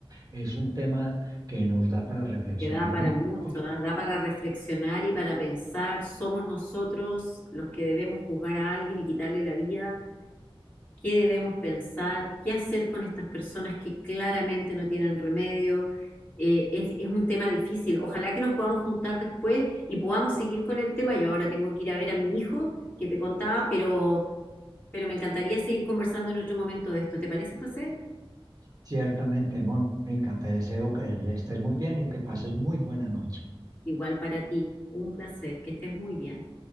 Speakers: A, on the right; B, on the left.
A: es un tema que nos da para reflexionar
B: que da para
A: mu-
B: mucho,
A: mucho.
B: ¿ah? Da para reflexionar y para pensar, somos nosotros los que debemos juzgar a alguien y quitarle la vida, qué debemos pensar, qué hacer con estas personas que claramente no tienen remedio. Eh, es, es un tema difícil. Ojalá que nos podamos juntar después y podamos seguir con el tema. Yo ahora tengo que ir a ver a mi hijo que te contaba, pero Pero me encantaría seguir conversando en otro momento de esto. ¿Te parece, José?
A: Ciertamente, Mónica, te deseo que estés muy bien y que pases muy buena noche.
B: Igual para ti. Un placer. Que estés muy bien.